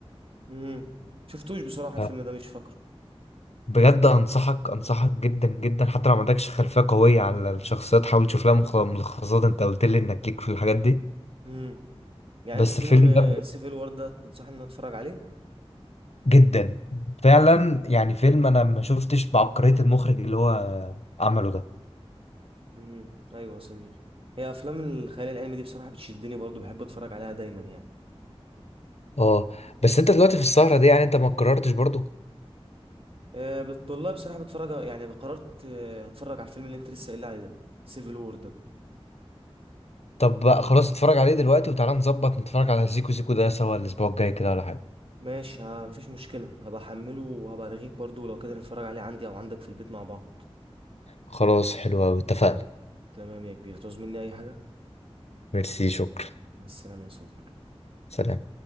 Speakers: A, on the right (about 60°); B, on the left (about 80°).
A: امم شفتوش بصراحة الفيلم
B: آه،
A: ده مش فاكره
B: بجد انصحك انصحك جدا جدا حتى لو ما عندكش خلفية قوية على الشخصيات حاول تشوف لها مخ- ملخصات انت قلت لي انك ليك في الحاجات دي
A: امم يعني
B: بس
A: انت فيلم
B: الفيلم ده
A: سيفل وور ده تنصحني ان أنا اتفرج عليه
B: جدا فعلا يعني فيلم انا ما شفتش بعبقرية المخرج اللي هو عمله ده
A: امم ايوه يا صديقي هي افلام الخيال العلمي دي بصراحه بتشدني برضو بحب اتفرج عليها دايما يعني
B: اه بس انت دلوقتي في السهرة دي يعني انت ما قررتش برضو
A: أه بت... والله بصراحه بتفرج يعني قررت آه، هتفرج على الفيلم اللي انت لسه قايل لي عليه ده سيفل وور ده
B: طب بقى خلاص اتفرج عليه دلوقتي وتعالى نظبط نتفرج على سيكو سيكو ده سوا الاسبوع الجاي كده ولا حاجة
A: ماشي ها مفيش مشكله هبقى احمله وهبقى ارغيك برضو لو كده نتفرج عليه عندي او عندك في البيت مع بعض
B: خلاص حلو أوي اتفقنا
A: تمام يا كبير تعوز مني اي حاجه
B: ميرسي شكرا
A: مع السلامه يا صديقي
B: سلام